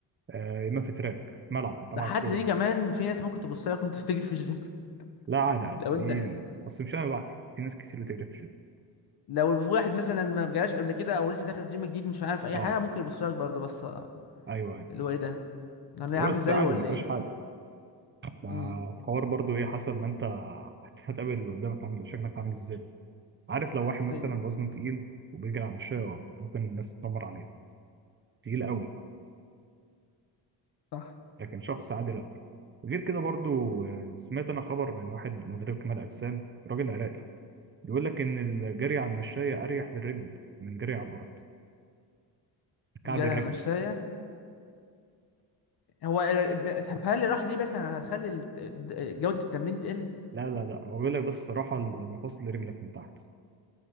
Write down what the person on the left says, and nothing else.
ده
حتى
دي
كمان في ناس ممكن تبص لك وانت بتجري في الجيم
<laughs>
لو
انت
لو في واحد مثلا ما جالهاش قبل كده او لسه داخل الجيم جديد مش عارف اي
حاجه ممكن يبص لك برضه بس
اللي هو ايه ده انا ليه
عامل
زيه
ولا
ايه
امم
ايوه
صح
جدع
مشاية هو ال- طب هل الراحه دي بس انا هتخلي ال- جوده التمرين تقل